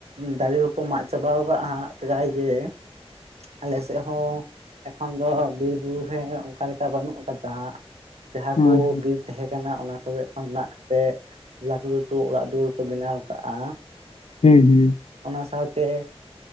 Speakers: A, on the right (about 85°); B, on the left (about 75°).
A: ᱫᱟᱨᱮ ᱫᱚᱠᱚ ᱢᱟᱜ ᱪᱟᱵᱟᱣ ᱠᱟᱜᱼᱟ ᱯᱨᱟᱭ ᱜᱮ ᱟᱞᱮ ᱥᱮᱜ ᱦᱚᱸ ᱮᱠᱷᱚᱱ ᱫᱚ ᱵᱤᱨ ᱵᱩᱨᱩ ᱨᱮ ᱚᱱᱠᱟ ᱞᱮᱠᱟ ᱵᱟᱹᱱᱩᱜ ᱠᱟᱫᱟ ᱾ ᱡᱟᱦᱟᱸ
B: ᱦᱳᱭ
A: ᱠᱚ ᱵᱤᱨ ᱛᱟᱦᱮᱸ ᱠᱟᱱᱟ ᱚᱱᱟ ᱠᱚᱨᱮ ᱠᱷᱚᱱ ᱢᱮᱱᱟᱜ ᱛᱮ ᱞᱟᱹᱴᱩ ᱞᱟᱹᱴᱩ ᱚᱲᱟᱜ ᱫᱩᱣᱟᱹᱨ ᱠᱚ ᱵᱮᱱᱟᱣ ᱟᱠᱟᱫᱼᱟ ᱾
B: ᱦᱩ ᱦᱩ᱾
A: ᱚᱱᱟ ᱥᱟᱶᱛᱮ